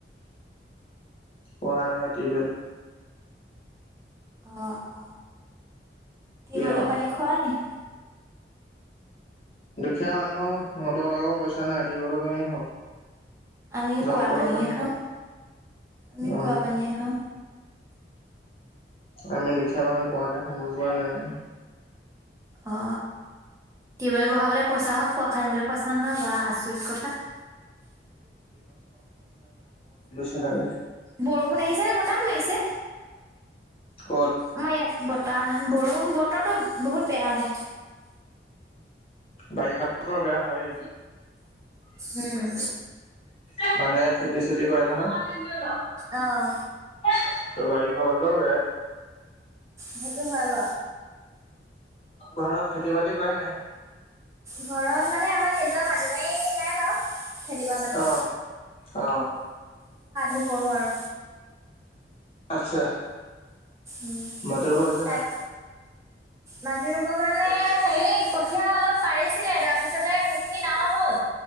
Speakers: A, on the left (about 35°); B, on the right (about 15°).
A: কোৱা নহয় টিউবেল
B: অ অ তিউবেলৰ
A: কি অ
B: পানী খোৱা নি
A: দুখীয়া মানুহ মটৰ লগাব পইচা নাই তি কৰিব পানে খাওঁ
B: আমি
A: দমকলৰ
B: কুঁৱা পানীহে
A: পানী
B: খাওঁ আমি
A: উম
B: কুঁৱা পানীহে খাওঁ।
A: আমি দুখীয়া মানুহ কুঁৱা খান্দি পোৱা নাই ক
B: অ টউবেল বহাবলে পইচা হওক কোৱা খাই মলে পইচা নহয় বা আচৰিত কথা
A: সেইবাবে
B: বৰষুণ আহিছে নে বতাহ মাৰিছে
A: ক'ত
B: আমাৰ ইয়াত ব তাহ বৰষূণ বতৰটো বহুত বেয়া মানে
A: বাৰিষাতো বেয়া হয়
B: উম
A: <unintelligible> মানে খেতি চেতি কৰে <unintelligible>
B: অ'
A: ত বাৰী খাবৰটো
B: সেইটো হয় ব
A: ঘৰত খেতি বাতি কৰে নাই
B: ঘৰত মানে আমাৰ নিজৰ মাটি বাৰী নাই বাৰু খেতি কৰা মাটি
A: অ অ
B: হি কৰোঁ আৰু
A: আচ্ছা
B: উম
A: মাতৰ পৰা হৈছে
B: তাত
A: নাই
B: মাটি ৰুবৰ মানে হেৰি কঠিয় অলপ পাৰিছিলে তাৰপিছতে সেইখিনি ডাঙৰ হল,